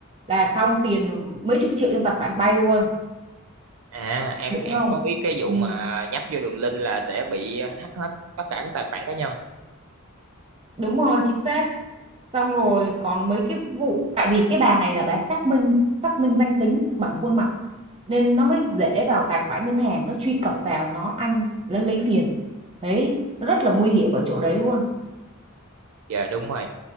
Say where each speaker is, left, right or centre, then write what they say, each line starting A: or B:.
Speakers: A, on the right; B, on the right.
A: là xong tiền mấy chục triệu trong tài khoản bay luôn
B: à em
A: đỉnh
B: em
A: không
B: có biết cái vụ
A: ừ,
B: mà nhấp vô đường link là sẽ bị ờ, hack hết tất cả các tài khoản cá nhân
A: đúng rồi chính xác xong rồi còn mấy cái vụ tại vì cái bà này là bà xác minh xác minh danh tính bằng khuôn mặt nên nó mới dễ vào tài khoản ngân hàng nó truy cập vào nó ăn nó lấy tiền đấy nó rất là nguy hiểm ở chỗ đấy luôn
B: dạ đúng rồi